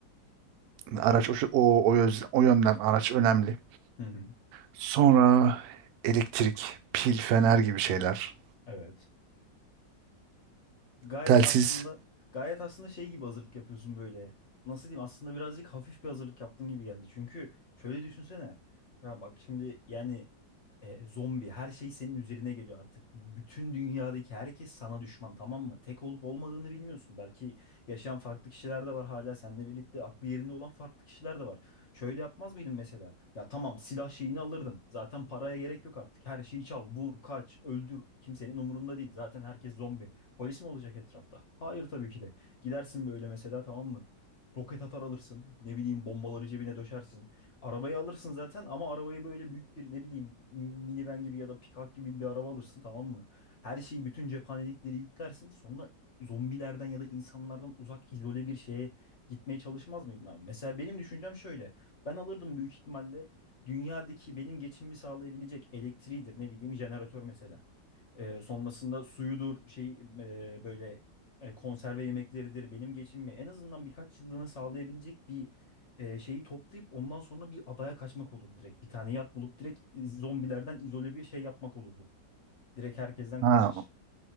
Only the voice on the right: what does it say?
Araç o, o, o, yöz- o yönden araç önemli.
Sonra elektrik, pil, fener gibi şeyler.
Telsiz.
Ha,